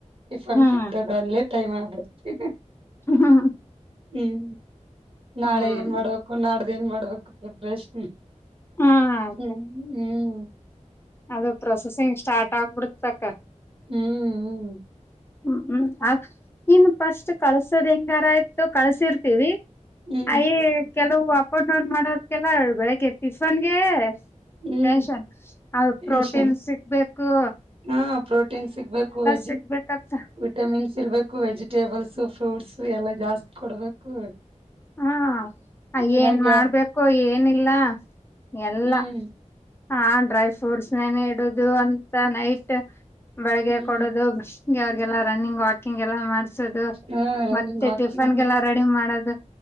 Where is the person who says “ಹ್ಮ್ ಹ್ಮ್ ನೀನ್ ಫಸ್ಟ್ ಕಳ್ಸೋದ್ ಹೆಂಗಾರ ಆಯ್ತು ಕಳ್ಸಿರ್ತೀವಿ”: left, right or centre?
Left